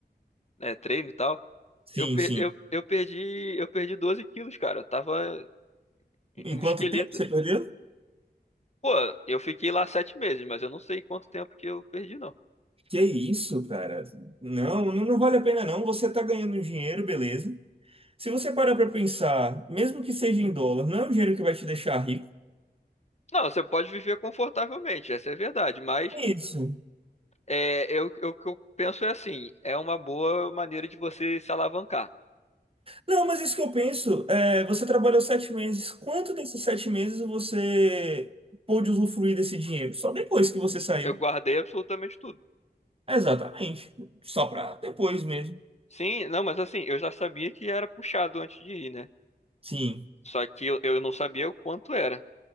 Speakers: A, on the left; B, on the right.
A: né, treino e tal.
B: sim,
A: Eu, per-
B: sim.
A: eu, eu perdi, eu perdi 12 quilos, cara. Eu tava
B: Em
A: um
B: quanto
A: esqueleto.
B: tempo você perdeu?
A: Pô, eu fiquei lá sete meses, mas eu não sei quanto tempo que eu perdi, não.
B: Que isso, cara? Não, não não vale a pena não. Você tá ganhando dinheiro, beleza. Se você parar pra pensar, mesmo que seja em dólar, não é um dinheiro que vai te deixar rico.
A: Não, você pode viver confortavelmente, essa é a verdade, mas
B: É Isso.
A: é, eu, eu- o que eu penso é assim, é uma boa maneira de você se alavancar.
B: Não, mas isso que eu penso, é, você trabalhou sete meses. Quanto desses sete meses você pôde usufruir desse dinheiro? Só depois que você saiu.
A: Eu guardei absolutamente tudo.
B: Exatamente. Só pra depois mesmo.
A: Sim, não, mas assim, eu já sabia que era puxado antes de ir, né?
B: Sim,
A: Só que eu, eu não sabia o quanto era.